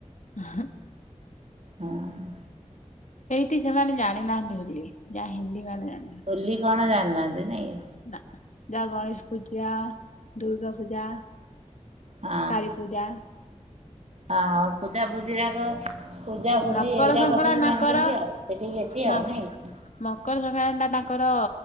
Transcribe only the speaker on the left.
ହ।
ଏଇଠି ସେମାନେ ଜାଣିନାହାନ୍ତି ହୋଲି ଯାହା ହିନ୍ଦୀ ମାନେ ଜାଣିନ୍ତି।
ନା ଯାହା ଗଣେଶ ପୂଜା, ଦୁର୍ଗା ପୂଜା।
କାଳୀ ପୂଜା
ମକର
ସଂକ୍ରାନ୍ତି
ତାଙ୍କର
ମକ
ମକର ସଂକ୍ରାନ୍ତି ତା ତାଙ୍କର